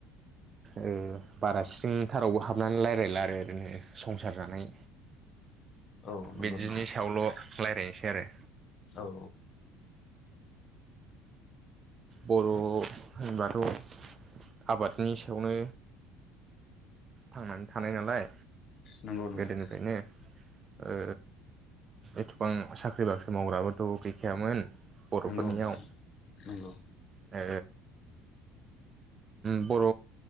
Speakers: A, on the right; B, on the left.
A: ओ बारा सिंथारावबो हाबनानै लायरायला आरो ओरैनो संसार जानाय।
B: औ नंगौ
A: बिदिनि
B: नोंथां
A: सायावल' लाय। <unintelligible> आरो
B: औ।
A: बर' होनबाथ' आबादनि सायावनो। थांनानै थानाय नालाय।
B: नंगौ नोंथां
A: गोदोनिफ्राय नो ओ एथबां साख्रि बाख्रि मावग्राबोथ' गैखायामोन बर'फोरनियाव
B: नंगौ नोंथां नंगौ
A: ओ बर'